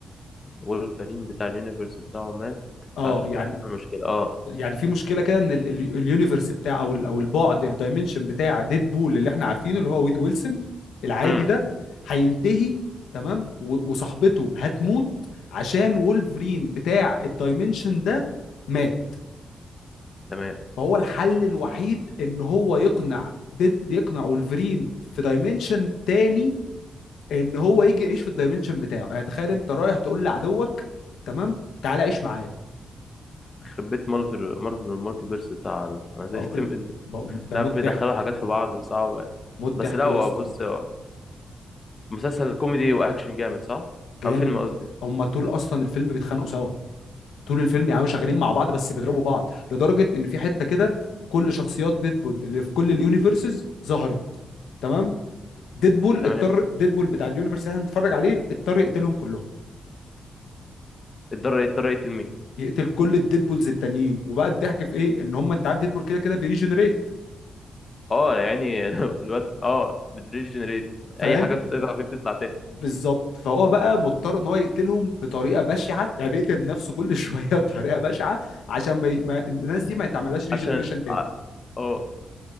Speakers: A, on the left (about 35°); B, on the left (about 85°).
A: وولفرين بتاع اليونيفرس بتاعه مات
B: اه
A: فعشان
B: يعني
A: كده حصل مشكله اه
B: يعني في مشكلة كده ان ال- ال- اليونيفرس بتاع او ال- او البعد الدايمنشن بتاع ديد بول اللي احنا عارفينه اللي هو ويد ويلسون العادي
A: امم
B: ده هينتهي تمام و- وصاحبته هتموت عشان وولفرين بتاع الدايمنشن ده مات
A: تمام
B: فهو الحل الوحيد ان هو يقنع ديد يقنع وولفرين في دايمنشن تاني ان هو يجي يعيش في الدايمنشن بتاعه يعني تخيل انت رايح تقول لعدوك تمام تعالى عيش معايا
A: يخرب بيت مارفل مارفل المالتي فيرس بتاعها ده انا
B: بقول
A: زهقت منه
B: بقول- ده
A: لا
B: موت
A: بيدخلوا
B: ضحك
A: حاجات في بعض صعبه
B: موت
A: بس
B: ضحك
A: لا هو
B: يا اسطى
A: بص هو مسلسل كوميدي واكشن جامد صح
B: جامد
A: او فيلم قصدي
B: هما طول اصلا الفيلم بيتخانقوا سوا طول الفيلم يعني شغالين مع بعض بس بيضربوا بعض لدرجه ان في حته كده كل شخصيات ديدبول اللي في كل اليونيفرسز ظهرت تمام ديدبول
A: تمام
B: اضطر ديدبول بتاع اليونيفرس اللي احنا بنتفرج عليه اضطر يقتلهم كلهم
A: اضطر اضطر يقتل مين
B: يقتل كل الديدبولز التانيين وبقى الضحك في ايه ان هم انت عارف ديدبول كده كده بيريجنريت
A: اه يعني <laughs> الواد اه بتريجنريت
B: فاهم
A: اي حاجه بتقطع فيه بتطلع تاني
B: بالظبط فهو بقى مضطر ان هو يقتلهم بطريقه بشعه يعني بيقتل نفسه كل شويه <laughs> بطريقه بشعه عشان ما, ي... ما الناس دي ما يتعملهاش ريجنريشن
A: عشان
B: تاني
A: ع- اه